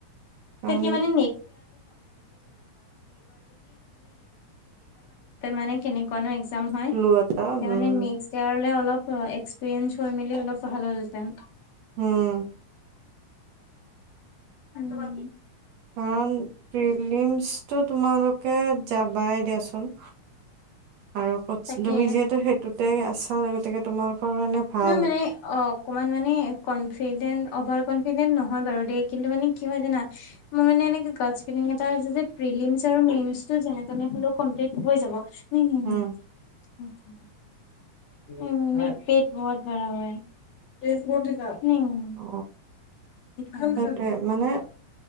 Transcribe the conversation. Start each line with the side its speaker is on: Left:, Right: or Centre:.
Left: <unintelligible>
Right: কাৰণ
Left: ত পালোহেঁতে মানে কেনেকুৱা ন কাম হয়
Right: ক্লু এটা
Left: তেতিয়া
Right: উম
Left: নেক্স ইয়িৰলে আলপ এক্সপিৰিয়েঞ্চ হৈ মেলি অলপ ভাল হলহঁতেন
Right: হম
Left: নাই
Right: কাৰ প্ৰিলিম টো তোমালোকে যাবাই দিয়াচোন আৰু
Left: তাকে
Right: তুমি যিহেতু সেইটোত তাতে আছা গতিকে তোমাৰ লোকৰ মনে ভাল
Left: নহয় মানে অ অকমান কনফিডেণ্ট অভাৰ কনফিডেন্ট নহয় বাৰু দেই কিন্তু মানে কি হয় জান মোৰ মান এনেকে কৰ্চ ফিলিং এটা আছে যে প্ৰেলিমছ আৰু মেইন্স টো যেনে তেনে হলেও কমপ্লিট হৈ যাব। <unintelligible>
Right: উম
Left: <unintelligible> উ পেট বহত বাৰা হে। <unintelligible>
Right: অ
Left: নাই
Right: সেইটোয়ে মানে